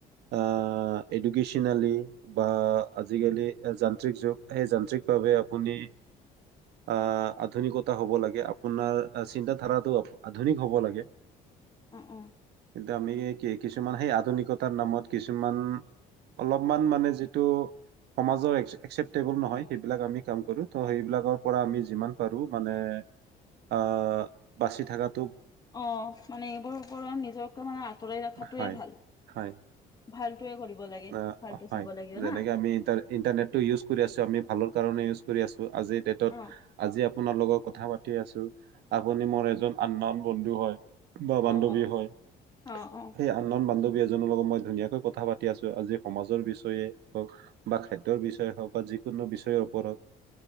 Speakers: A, on the right (about 80°); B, on the left (about 20°).
A: আ' এডুকেচনেলি বা আজিকালি যান্ত্ৰিক যুগ সেই যান্ত্ৰিকভাৱে আপুনি আ' আধুনিকতা হ'ব লাগে আপোনাৰ চিন্তা ধাৰা। আধুনিক হ'ব লাগে।
B: অ অ
A: কিন্তু আমি কি কিছুমান সেই আধুনিক। ত' তাৰ নামত কিছুমান অলপমান মানে যিটো সমাজৰ একচেপটেবল নহয় সেইবিলাক আমি কাম কৰো ত' সেইবিলাকৰ পৰা আমি যিমান পাৰো মানে আ' বাচি থাকাত
B: অ', মানে এইবোৰৰ ওপৰত নিজকে মানে আঁতৰাই ৰাখাটোৱে
A: হয়
B: ভাল,
A: হয়
B: ভালটোৱে কৰিব লাগে,
A: আহ
B: ভালটো
A: হয়
B: চাব লাগিব
A: যেনেকে
B: না।
A: আমি ইণ্টাৰ ইণ্টাৰনেটটো ইউজ কৰি আছো আমি ভালৰ কাৰণে ইউজ কৰি আছো। আজিৰ ডেটত,
B: অ',
A: আজি আপ আপোনাৰ লগত কথা পাতি আছো, আ আপুনি মোৰ এজন আননৌন বন্ধু হয়। বা
B: অ',
A: বান্ধৱী
B: অ',
A: হয়,
B: অ', অ',
A: সেই আননৌন বান্ধৱী এজনীৰ লগত মই ধুনীয়াকৈ কথা পাতি আছো, আজি সমাজৰ বিষয়ে হওঁক বা খাদ্যৰ বিষয়ে হওঁক বা যিকোনো বিষয়ৰ ওপৰত।